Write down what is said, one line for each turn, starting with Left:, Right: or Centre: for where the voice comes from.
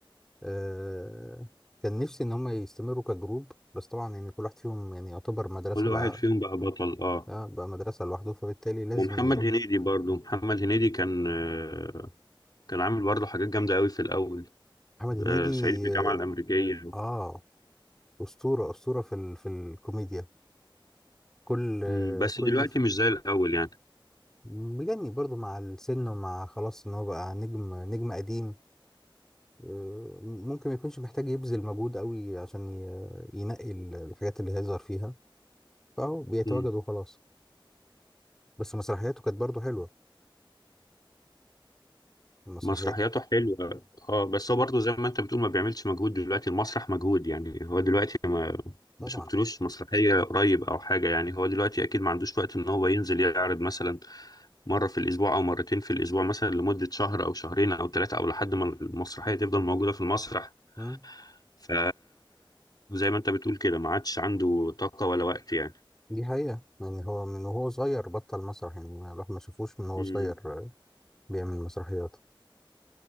Centre: آه كان نفسي إن هم يستمروا كجروب بس طبعا يعني كل واحد فيهم يعني يعتبر مدرسة
Left: كل واحد
Centre: بقى
Left: فيهم بقى بطل اه
Centre: آه بقى مدرسة لوحده فبالتالي لازم
Left: ومحمد
Centre: ي...
Left: هنيدي برضو محمد هنيدي كان آه، كان عامل برضو حاجات جامدة قوي في الأول
Centre: محمد هنيدي
Left: آه، صعيدي في الجامعة الأمريكية
Centre: آه أسطورة أسطورة في ال... في الكوميديا كل آه،
Left: مم، بس
Centre: كل
Left: دلوقتي
Centre: ف-
Left: مش زي الأول يعني
Centre: مجني برضو مع السن ومع خلاص إن هو بقى نجم نجم قديم آه، ممكن ما يكونش محتاج يبذل مجهود قوي عشان ي- ينقي ال- الحاجات اللي هيظهر فيها فهو بيتواجد
Left: مم.
Centre: وخلاص بس مسرحياته كانت برضه حلوة المسرحيات
Left: مسرحياته حلوة اه بس هو برضه زي ما انت بتقول ما بيعملش مجهود دلوقتي المسرح مجهود يعني هو دلوقتي ما
Centre: طبعا
Left: شفتلوش مسرحية قريب او حاجة يعني هو دلوقتي اكيد ما عندوش وقت ان هو ينزل يعرض مثلا مرة في الاسبوع او مرتين في الاسبوع مثلا لمدة شهر او شهرين او ثلاثة او لحد ما المسرحية تفضل موجودة في المسرح
Centre: مم.
Left: ف زي ما انت بتقول كده ما عادش عنده طاقة ولا وقت يعني
Centre: دي حقيقة يعني هو من وهو صغير بطل مسرح يعني ما- الواحد ما شافوش من وهو
Left: مم.
Centre: صغير آه، بيعمل مسرحيات